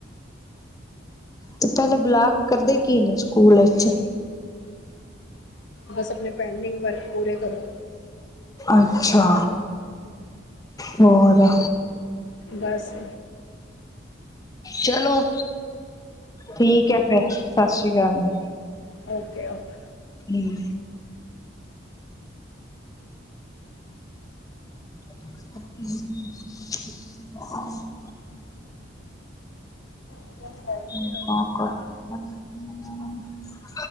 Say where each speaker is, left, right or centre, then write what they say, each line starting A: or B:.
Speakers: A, on the left; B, on the left.
A: ਤੇ ਪਹਿਲੇ ਬਲਾਕ ਕਰਦੇ ਕੀ ਨੇ ਸਕੂਲ ਵਿਚ?
B: ਬਸ ਆਪਣੇ ਪੈਂਡਿੰਗ ਵਰਕ ਪੂਰੇ ਕਰੋ।
A: ਅੱਛਾ ਹੋਰ?
B: ਬਸ।
A: ਚਲੋ ਠੀਕ ਹੈ ਫੇਰ, ਸਤਿ ਸ੍ਰੀ ਅਕਾਲ ਜੀ।
B: Okay okay.
A: ਹੂੰ <inaudible>
B: <unintelligible>
A: <unintelligible>